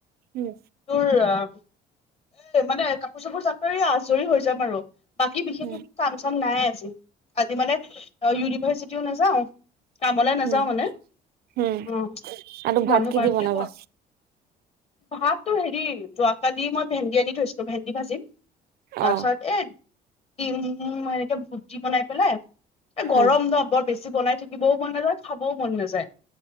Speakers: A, on the right; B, on the left.
A: উম
B: তোৰ এ মানে কাপোৰ চাপোৰ জাপৰি আজৰি হৈ যাম আৰু। বাকী বিশেষ
A: উম
B: এক কাম চাম নাই। জি আজি মানে অ', ইউনিভাৰ্চিট য নাযাওঁ। কামলে নাযাওঁ
A: উম
B: মানে
A: উম
B: উ
A: আৰু ভাত
B: বন্ধ
A: কি
B: পাৰ
A: দি
B: বুলি
A: বনাবা
B: কৰ ভাতটো হেৰি যোৱাকালি মই ভেন্দি আনি থৈছিলো ভেন্দি ভাজিম। তাপছত
A: অ
B: এ উম এ এনেকে ভুটি বনাই পেলাই এ গৰম
A: উম
B: নহ বৰ বেছি। জি বনাই থাকিবও মন নাযায় খাবও মন নাযায়।